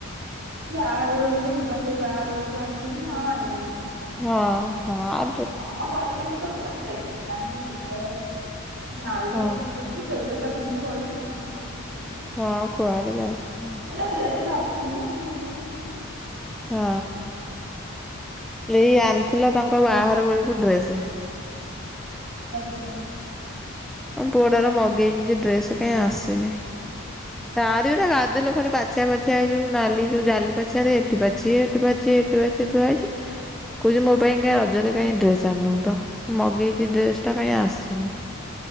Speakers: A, on the right; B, in the centre.
A: ବାହାଘର ବେଳକୁ ଯେ <unintelligible> ଭାଇ ବାହାଘର ବେଳକୁ ଆଣିଥିନି ଆଉ ଆଣିବିନି ଏଇନା।
B: ହଁ- ହଁ ଆ
A: କଣ କରିବି ମୁଁ ତ କୁଆଡ଼େ ଯାଉନି, <unintelligible>
B: ହଁ
A: ଯିବି ସେଇ ଡ୍ରେସ୍ ଟା ପିନ୍ଧିକି ପଳେଇବି, କଣ ଆଉ <unintelligible>
B: ହଁ କୁଆଡେ ଯାଉଛୁ ଆଉ।
A: <unintelligible> ଅଛି ନା ଆଉ <unintelligible>
B: ହଁ ଏଇ ଆଣିଥିଲ ତାଙ୍କ ବାହାଘର ବେଳକୁ ଡ୍ରେସ।
A: <unintelligible>
B: ଆମ୍ ପୁଅଟାର ମଗେଇଛି ଯେ ଡ୍ରେସ୍ କାଇଁ ଆସିନି, ତାରି <unintelligible> ଛିଆ ପାଛିଆ ଏଇ ଯୋଉ ନାଲି ଯୋଉ ଜାଲି ପାଛିଆରେ ଏଠି ପାଛିଏ ହେଠି ପାଛିଏ ହେଠି ପାଛିଏ ଥୁଆ ହେଇଚି। କହୁଚି ମୋ ପାଇଁ କାଇଁ ରଜରେ କାଇଁ ଡ୍ରେସ ଆଣିନୁ ତ। ମଗେଇଚି ଡ୍ରେସଟା କାଇଁ ଆସିନି।